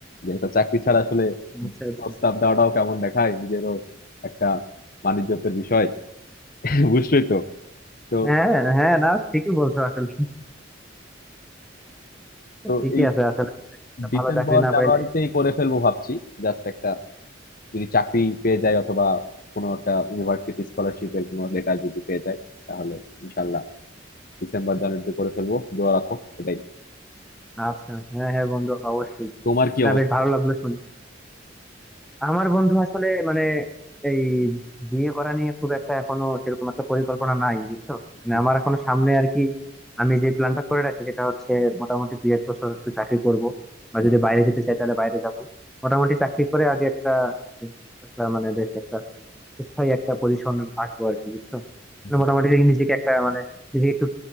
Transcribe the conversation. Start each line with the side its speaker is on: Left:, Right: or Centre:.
Left: যে একটা চাকরি ছাড়া আসলে
Centre: আচ্ছা আচ্ছা
Left: প্রস্তাব দেওয়াটাও কেমন দেখায় নিজেরও একটা বাণিজ্যের বিষয় <laughs> বুঝছোই তো তো
Centre: হ্যাঁ হ্যাঁ না ঠিকই বলছো আসলে
Left: তো
Centre: ঠিকই
Left: এই
Centre: আছে আসলে একটা
Left: ডিসেম্বর
Centre: ভালো চাকরি না
Left: জানুয়ারিতেই
Centre: পাইলে
Left: করে ফেলবো ভাবছি জাস্ট একটা যদি চাকরি পেয়ে যায় অথবা কোনো একটা ইউনিভার্সিটি স্কলারশিপের কোনো লেটার যদি পেয়ে যায় তাহলে ইনশাল্লাহ ডিসেম্বর জানুয়ারিতে করে ফেলবো দোয়া রাখো এটাই
Centre: আচ্ছা হ্যাঁ হ্যাঁ বন্ধু অবশ্যই
Left: তোমার কি
Centre: না
Left: অবস্থা
Centre: বেশ ভালো
Left: বলো?
Centre: লাগলো শুনে আমার বন্ধু আসলে মানে এই বিয়ে করা নিয়ে খুব একটা এখনো সেরকম একটা পরিকল্পনা নাই বুঝছো মানে
Left: হুম,
Centre: আমার এখনো সামনে আর কি আমি যে প্ল্যানটা করে রাখছি সেটা হচ্ছে মোটামুটি দুই এক বছর একটু চাকরি করব বা
Left: হুম,
Centre: যদি বাইরে যেতে চাই তাহলে বাইরে যাব মোটামুটি চাকরি করে আগে একটা একটা মানে বেশ একটা স্থায়ী একটা পজিশন আসবো আর কি বুঝছো
Left: হুম,
Centre: মানে
Left: হুম।
Centre: মোটামুটি নিজেকে একটা মানে নিজেকে একটু